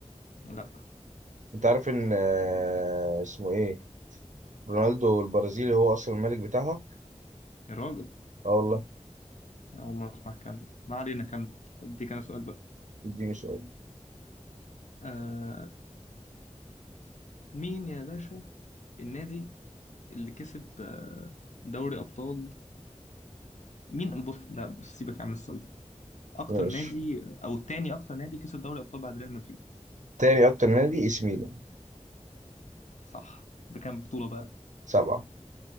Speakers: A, on the left; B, on the right.
A: لا
B: انت عارف ان آه اسمه ايه رونالدو البرازيلي هو اصلا الملك بتاعها
A: يا راجل
B: اه والله
A: أنا أول مرة أسمع الكلام ده ما علينا كمل أديك أنا سؤال بقى
B: اديني شويه
A: آه مين يا باشا النادي اللي كسب آه، دوري أبطال مين بص لا بس سيبك يا عم السؤال ده اكتر
B: ماشي
A: نادي او تاني اكتر نادي كسب دوري ابطال بعد ريال مدريد
B: تاني اكتر نادي اي سي ميلان،
A: صح بكام بطولة بقى
B: سبعه